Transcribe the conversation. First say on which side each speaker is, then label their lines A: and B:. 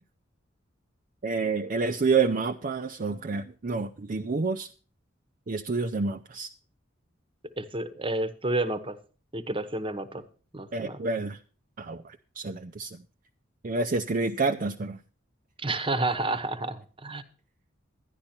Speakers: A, on the right; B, on the right.
A: Eh, el estudio de mapas o crear, no, dibujos y estudios de mapas.
B: Estu- eh, estudio de mapas y creación de mapas, más
A: Eh,
B: que nada.
A: ¿verdad? Ah, bueno, excelente. sí. Iba a decir escribir cartas, pero.
B: <laughs>